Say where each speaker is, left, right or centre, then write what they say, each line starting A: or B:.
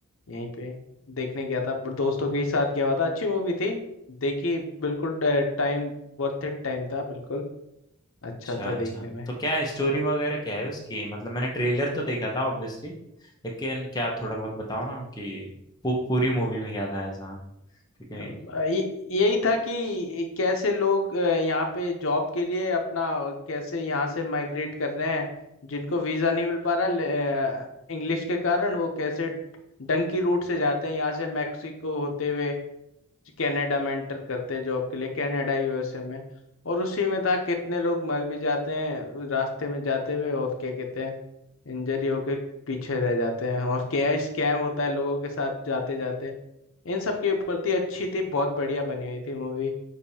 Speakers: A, on the left; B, on the left.
A: यहीं पे देखने गया था ब- दोस्तों के ही साथ गया हुआ था अच्छी मूवी थी देखी बिल्कुल टाइम वर्थ इट टाइम था बिल्कुल अच्छा
B: अच्छा
A: था
B: अच्छा
A: देखने में
B: तो क्या है स्टोरी वगैरह क्या है उसकी मतलब मैंने ट्रेलर तो देखा था ऑब्वियसली लेकिन क्या थोड़ा बहुत बताओ ना कि पू, पूरी मूवी में क्या था ऐसा क्योंकि
A: अब, अ, ये- यही था कि कैसे लोग अ, यहाँ पे जॉब के लिए अपना अ, कैसे यहाँ से माइग्रेट कर रहे हैं जिनको वीज़ा नहीं मिल पा रहा इंग्लिश के कारण वो कैसे डंकी रूट से जाते हैं यहाँ से मैक्सिको होते हुए कनाडा में एंटर करते हैं जॉब के लिए कनाडा यूएसए में और उसी में था कितने लोग मर भी जाते हैं रास्ते में जाते हुए और क्या कहते हैं इंजरी होके पीछे रह जाते हैं और क्या स्कैम होता है लोगों के साथ जाते जाते इन सब के ऊपर थी अच्छी थी बहुत बढ़िया बनी हुई थी मूवी